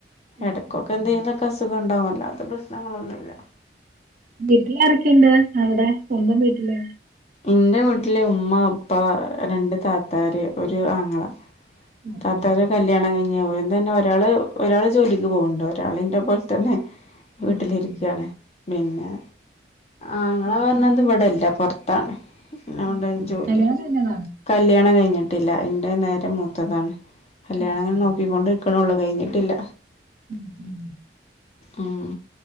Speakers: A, on the right; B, on the left.
A: ഉം
B: എടക്കൊക്കെ
A: ഉം ഉം.
B: എന്തെങ്കിലുക്കെ അസുഖം ഇണ്ടാവും അല്ലാതെ പ്രശ്നങ്ങളൊന്നുല്ല.
A: വീട്ടിലാരെക്കെണ്ട് അവ്ടെ സ്വന്തം വീട്ടില്
B: ഇൻ്റെ വീട്ടില് ഉമ്മ ഉപ്പ രണ്ട് താത്താാര് ഒരു ആങ്ങളാ
A: ഉം
B: താത്തരെ
A: ഉം.
B: കല്യാണം കഴിഞ്ഞ് ഓലും തന്നെ ഒരാള് ഒരാള് ജോലിക്ക് പോവ്ണ്ട് ഒരാളിന്റെ പോൽ തന്നെ വീട്ടിലിരിക്കാണ്
A: ഉം ഉം.
B: പിന്നെ ആങ്ങള
A: ഉം
B: പറഞ്ഞത്
A: ഉം.
B: ഇവിടല്ല പൊർത്താണ് ഓന് അവിടെ
A: ഓക്കെ.
B: ജോലിയ
A: കല്യാണം കഴിഞ്ഞതാ?
B: കല്യാണം കഴിഞ്ഞിട്ടില്ല ഇന്റെ നേരെ മൂത്തതാണ് കല്യാണം
A: ഉം
B: ഇങ്ങനെ
A: ഉം.
B: നോക്കിക്കൊണ്ട് ക്കാ ക്ക്നൊള്ളു കഴിഞ്ഞിട്ടില്ല.
A: ഉം ഉം
B: ഉം ഉം